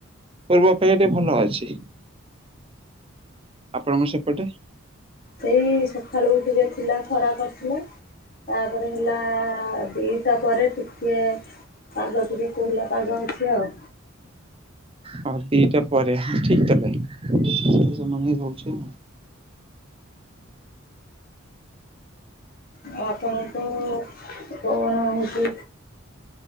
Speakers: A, on the right; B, on the left.
A: ପୂର୍ବ ଅପେକ୍ଷା ଟିକେ ଭଲଅଛି। ଆପଣଙ୍କ ସେପଟେ?
B: ସେଇ ସଖାଳୁକୁ ଟିକେ ଥିଲା ଖରା କରଥିଲା। ତାପରେ ହେଲା ଦିଟା ପରେ ଟିକେ ପାଗ ଟିକେ କୋହଲା ପାଗ ଅଛି ଆଉ।
A: ହଁ ଦିଟା ପରେ ଠିକ ହଁ କଲେ <unintelligible> ସମ୍ଭାଳି ହୋଉଛି।
B: ଆଉ ଆପଣଙ୍କୁ କଣ ହୁଏ।